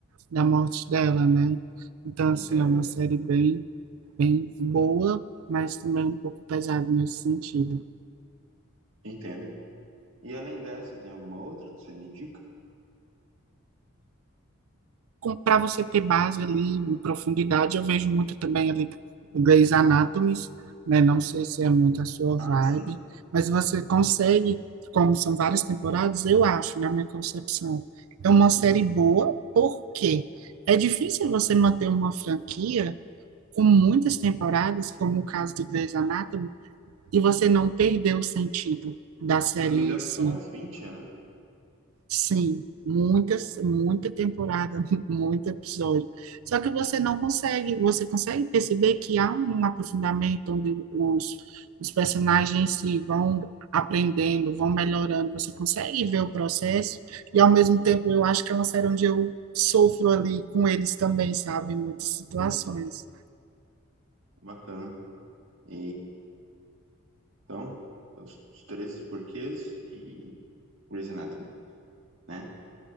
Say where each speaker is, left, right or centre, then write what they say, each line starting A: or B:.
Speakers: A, on the right; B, on the right.
A: da morte dela, né? Então, assim,
B: entendo.
A: é uma série bem, bem boa, mas também um pouco pesada nesse sentido.
B: Entendo. E além dessa, tem alguma outra que você me indica?
A: para você ter base ali, profundidade, eu vejo muito também ali o Grey's Anatomy, né? Não sei se é muito a sua
B: Ah,
A: vibe,
B: sim.
A: mas você consegue, como são várias temporadas, eu acho, na minha concepção, é uma série
B: Uhum,
A: boa, porque é difícil você manter uma franquia com muitas temporadas, como o caso de Grey's Anatomy, e você não perder
B: sim.
A: o sentido da série
B: Se eu não me
A: em
B: engano,
A: si.
B: são umas 20, né?
A: Sim, muitas, muita temporada, <laughs> muito episódio. Só que você não consegue, você consegue perceber que há um aprofundamento onde os, os personagens se vão aprendendo, vão melhorando, você consegue ver o processo, e ao mesmo tempo eu acho que é uma série onde eu sofro ali com eles também, sabe, em muitas situações.
B: Sim, bacana. E então, os, os 13 porquês e Grey's Anatomy, né?